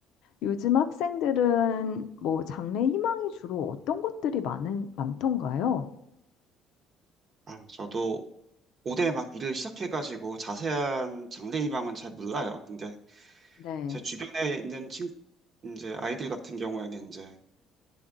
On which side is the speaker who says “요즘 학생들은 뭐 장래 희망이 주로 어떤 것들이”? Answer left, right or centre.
Left